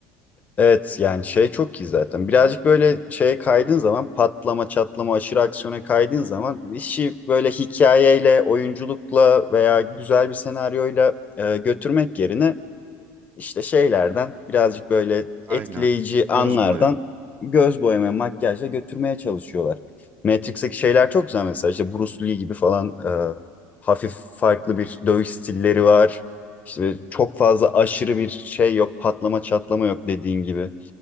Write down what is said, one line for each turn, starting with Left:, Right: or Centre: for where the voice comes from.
Left: Evet yani şey çok iyi zaten. Birazcık böyle şeye kaydığın zaman patlama çatlama aşırı aksiyona kaydığın zaman işi böyle hikayeyle oyunculukla veya güzel bir senaryoyla e, götürmek yerine İşte şeylerden birazcık böyle
Right: Aynen.
Left: etkileyici
Right: Göz
Left: anlardan
Right: boya.
Left: göz boyama, makyajla götürmeye çalışıyorlar. Matrix'teki şeyler çok güzel mesela işte Bruce Lee gibi falan e, hafif farklı bir dövüş stilleri var. İşte böyle çok fazla aşırı bir şey yok, patlama çatlama yok dediğin gibi.